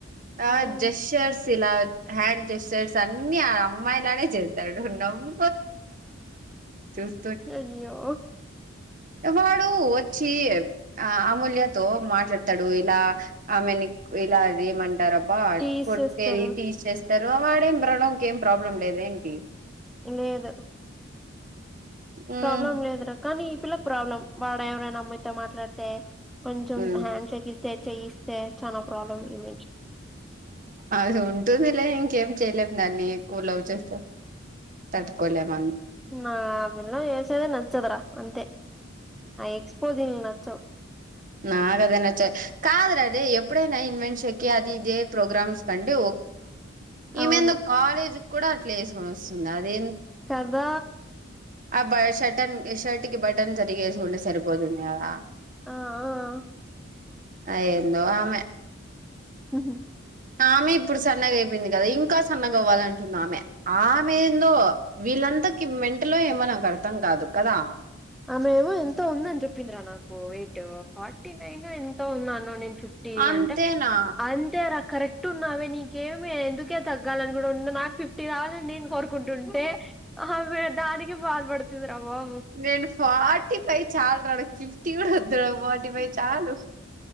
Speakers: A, on the right; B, in the centre.
A: ఆ
B: ఉమ్
A: జషర్స్ ఇలా హ్యాండ్ చెస్షర్ట్స్ అన్ని ఆ అమ్మాయిలానే చేస్తాడు నవ్వు <unintelligible> <unintelligible>
B: అయ్యో
A: వాడు వచ్చి అమూల్యతో మాట్లాడతాడు ఇలా ఆమెని ఇలా అది ఏమంటారబ్బా
B: టీస్
A: కొట్టేది
B: చేస్తారు
A: టీజ్ తెర్వావాడేం <unintelligible> ఏం ప్రాబ్లం లేదు ఎంటి
B: లేదు
A: మ్మ్
B: ప్రాబ్లం లేదురా కానీ ఈ పిల్లకి ప్రాబ్లం వాడ ఎవరైనా అమ్మాయితో మాట్లాడితే కొంచెం
A: మ్మ్
B: హ్యాండ్షేక్ ఇస్తే చెయ్యిస్తే చానా ప్రాబ్లం ఈమెకి
A: అది ఉంటూందిలే ఇంకేం చెయలేం దాన్ని <unintelligible> చేస్తే తట్టుకోలేమ
B: అ పిల్ల చేసేదే నచ్చదురా అంతే ఎక్స్పో జింగ్ నచ్చవ్
A: నాగదే నచ్చ కాద్రదే ఎప్పుడైనా ఇన్వెన్షకి అది ఇదే ప్రోగ్రామ్స్ కండి
B: అవును
A: ఈమె ఏందో కాలేజీ కి కూడా అట్లే వేసుకొని వస్తుంది అదే
B: కదా
A: ఆ బ షర్టన్ షర్ట్ కి బటన్ సరిగ వేసుకుంటే సరిపోతుంది కదా
B: ఆ ఆ
A: అయెందో ఆమె
B: ఉ
A: ఆమె ఇప్పుడు సన్నగా అయిపోయింది కదా ఇంకా సన్నగా అవ్వాలంటుంది ఆమె ఆమె ఏందో వీళ్ళంతకి
B: ఆ
A: మెంటలో ఏమో <unintelligible> అర్థం కాదు కదా
B: ఆమె ఎమొ ఎంతో ఉంద అని చెప్పిందిరా నాకు వెయిట్ ఫార్టీ నైన్ ఎంతో ఉంది అనోనీ ఫిఫ్టీ
A: అంతేనా
B: అంటే అంతే రా కరెక్ట్ ఉన్నావే నీకేమి ఎందుకే తగ్గాలని కూడా ఉ నాకు ఫిఫ్టీ రావాలండి నేను కోరుకుంటుంటే ఆమె దానికి బాధపడుతుంది రా బాబు
A: నేను ఫార్టీ ఫైవ్ చాలా రాడా ఫిఫ్టీ కూడా వ వద్దు రా ఫార్టీ పైఫ్ చాలు